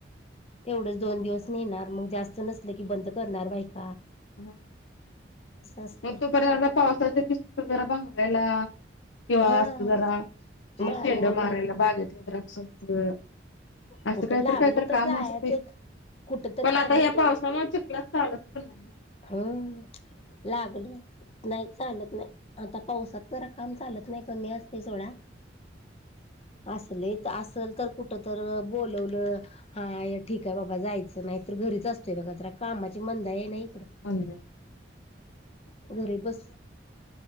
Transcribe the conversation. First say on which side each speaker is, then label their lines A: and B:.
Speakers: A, on the left; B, on the left.
A: तेवढंच दोन दिवस नेणार मग जास्त नसल की बंद करणार बा
B: ह
A: असतंय
B: मग तोपर्यंत पावसाचे दिसगरा बांगायला किंवा
A: हा
B: अस जरा
A: माळव
B: शेंड
A: वगैरे
B: मारायला बागेतलं तर समज असं
A: कुठं
B: काहीत
A: लागलं
B: काहीतर
A: तर
B: काम
A: जायचं
B: असते
A: एक कुठ तरी
B: पण
A: लागलं
B: आता या
A: तरी
B: पावसा म चुकला चालत प नाही ना
A: हम लागलं नाही चालत नाही आता पावसात जरा काम चालत नाही कमी असते सोडा असल तर असल तर कुठ तर बोलवलं हा ठीक आहे बाबा जायचं असं नाही तर घरीच असतोय बघा तर कामाची मंदा आहे नाही
B: हम्
A: घरी बस